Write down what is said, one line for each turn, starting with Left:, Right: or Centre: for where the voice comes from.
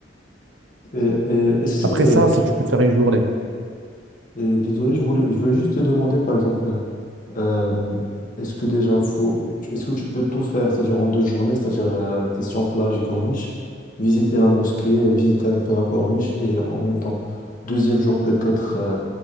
Left: Et, et est-ce
Right: Après
Left: que, euh,
Right: ça, si tu peux faire une journée,
Left: et désolé, je voulais, je voulais juste te demander, par exemple, Euh, est-ce que déjà faut, tu- est-ce que tu peux tout faire, c'est-à-dire en deux journées, c'est-à-dire euh, question plage et corniche, visiter la mosquée, euh, visiter un peu la corniche et en même temps, deuxième jour peut-être euh,